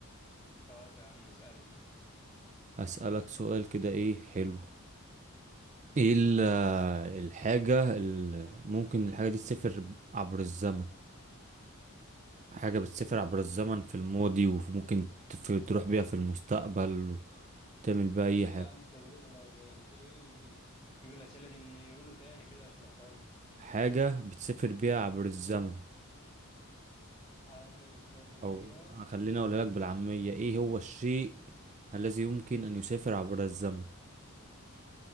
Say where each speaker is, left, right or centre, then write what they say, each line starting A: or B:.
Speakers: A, on the left (about 25°); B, on the right (about 35°).
A: طب يا عم اسألني
B: هسألك سؤال كده إيه حلو إيه ال- آه، الحاجة اللي ممكن الحاجة دي تسافر عبر الزمن حاجة بتسافر عبر الزمن في الماضي وممكن تف- تروح بيها في المستقبل وتعمل بيها أي
A: ايه
B: حاجة
A: يا عم تجيب ايه بت- بتجيب الأسئلة دي منين قوله تاني كده عشان افهمه
B: حاجة بتسافر بيها عبر الزمن
A: حاجة بتسافر بيها
B: أو خليني أقولها لك بالعامية إيه هو الشيء الذي يمكن أن يسافر عبر الزمن